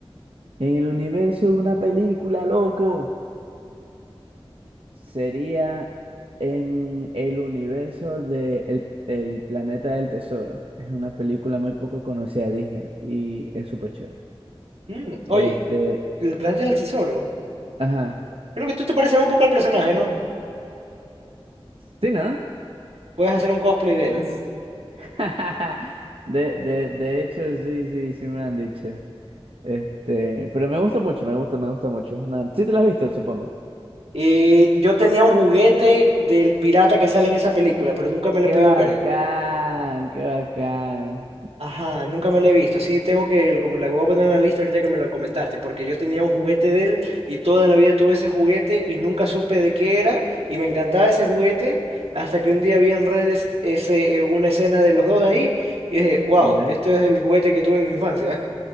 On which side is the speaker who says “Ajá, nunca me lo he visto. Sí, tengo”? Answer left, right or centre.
Right